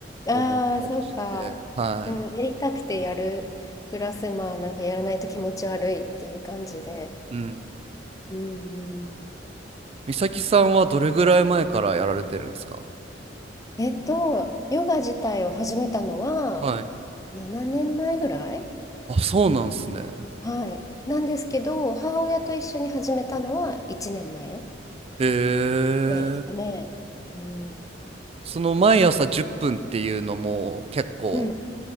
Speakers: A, on the left (about 20°); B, on the right (about 35°).
A: ああ、
B: 思ったりしてはい
A: そうか。うん、やりたくてやる。プラス、まあ、なんかやらないと気持ち悪いっていう感じで。
B: うん
A: うんうん
B: 美咲さんはどれぐらい前からやられてるんですか
A: えっと、ヨガ自体を始めたのは
B: はい
A: 7年前ぐらい
B: あそうなんすね
A: はい。なんですけど、母親と一緒に始めたのは1年前
B: へえ
A: ぐらいですかね。うん。うん、
B: その毎朝10分っぷんっていうのも結構
A: うん、